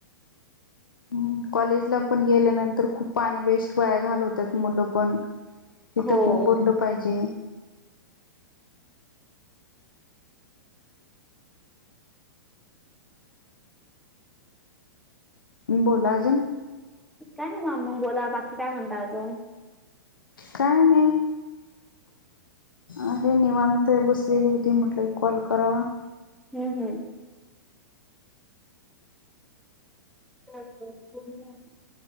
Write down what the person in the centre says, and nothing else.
हो
काय नाही म, मग बोला बाकी काय म्हणता अजून.
हम् हम्. तर <unintelligible>